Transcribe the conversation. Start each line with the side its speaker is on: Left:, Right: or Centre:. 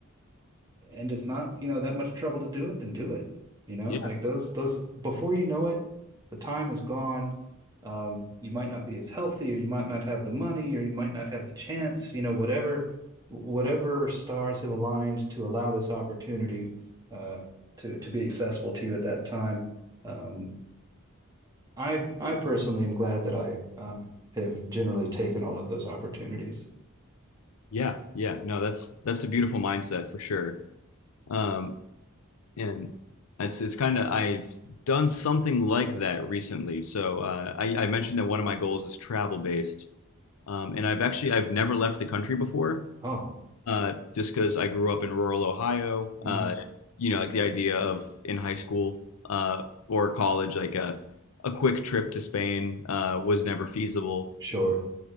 Right: and it's not, you know, that much trouble to do it, then do it. You know,
Left: Yeah,
Right: like those those before you know it, the time is gone. Um, you might not be as healthy, or you might not have the money, or you might not have the chance. You know, whatever whatever stars have aligned to allow this opportunity uh, to to be accessible to you at that time. Um, I I personally am glad that I um, have generally taken all of those opportunities.
Left: yeah, yeah. No, that's that's a beautiful mindset for sure. Um, and it's it's kind of I've done something like that recently. So uh, I, I mentioned that one of my goals is travel based, um, and I've actually I've never left the country before.
Right: Oh,
Left: uh, just because I grew up in rural Ohio.
Right: mm,
Left: Uh, you know, like the idea of in high school uh, or college, like a a quick trip to Spain uh, was never feasible.
Right: sure.